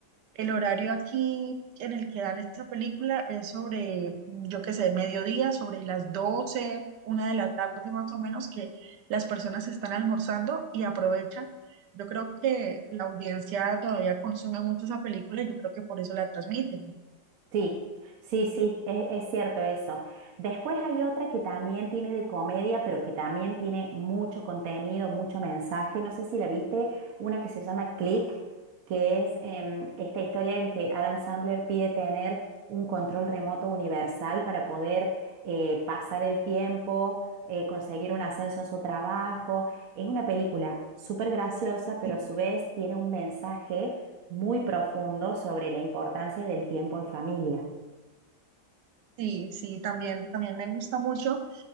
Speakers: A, on the right; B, on the right.
A: el horario aquí en el que dan esta película es sobre, mm, yo qué sé, mediodía, sobre las 12, una de la tarde más o menos, que las personas están almorzando y aprovechan. Yo creo que la audiencia todavía consume mucho esa película y yo creo que por eso la transmiten.
B: Sí, sí, sí, es, es cierto eso. Después hay otra que también tiene de comedia, pero que también tiene mucho contenido, mucho mensaje. No sé si la viste, una que se llama Click, que es em, esta historia en que Adam Sandler pide tener un control remoto universal para poder eh, pasar el tiempo, eh, conseguir un ascenso en su trabajo. Es una película súper graciosa, pero
A: Sí.
B: a su vez tiene un mensaje muy profundo sobre la importancia del tiempo en familia.
A: Sí, sí, también, también me gusta mucho.